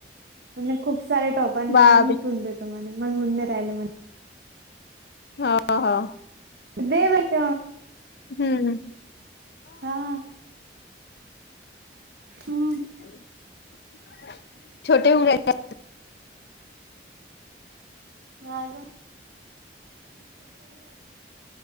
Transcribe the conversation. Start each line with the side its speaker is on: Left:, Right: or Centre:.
Right: म्हणे खुप सारे टॉप आणले
Left: बापरे
Right: म्हणे मी तुल देतो. मन मऊन राहिलेय म्हणे.
Left: हा हा हा..
Right: देवच
Left: ह ह.
Right: हा. हम्म.
Left: <inaudible>
Right: अजून.